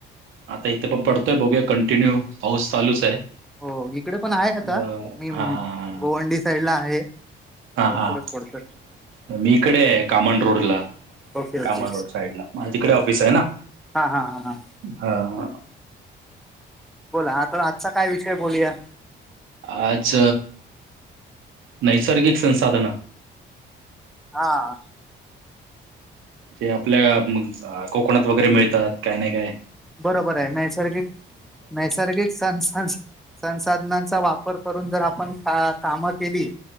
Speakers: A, on the right (about 80°); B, in the centre.
A: आता इथं पण पडतोय बघूया कंटिन्यू पाऊस चालूच हाय
B: हो इकडे पण आहे आता
A: अ
B: मी म,
A: हा हा हा.
B: गोवंडी साईडला आहे भरपूरच
A: हां.
B: पडतोय.
A: मी इकडे हे कामन रोडला.
B: ओके ओके
A: काम रोड साइडला माझ्या तिकडे ऑफिस हाय ना.
B: हा हा हा.
A: हा <unintelligible>
B: बोला आता आजचा काय विषय बोलूया?
A: आज. नैसर्गिक संसाधन.
B: हा.
A: जे आपल्या कोकणात वगैरे, मिळतात काय नाही काय.
B: बरोबर आहे नैसर्गिक - नैसर्गिक सन -सन. संसाधनांचा वापर करून जर आपण का कामं केली.